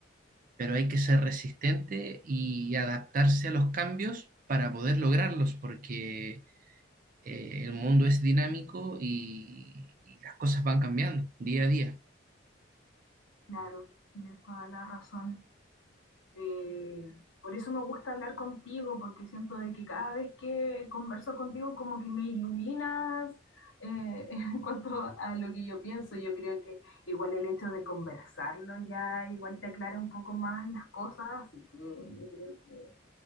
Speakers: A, on the right; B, on the left.
A: pero hay que ser resistente y adaptarse a los cambios para poder lograrlos, porque eh, el mundo es dinámico y y las cosas van cambiando día a día.
B: Claro, tienes toda la razón. Eh, por eso me gusta hablar contigo, porque siento de que cada vez que converso contigo como que me iluminas eh, <laughs> en cuanto a lo que yo pienso. Yo creo que igual el hecho de conversarlo ya igual te aclara un poco más las cosas, así que yo creo que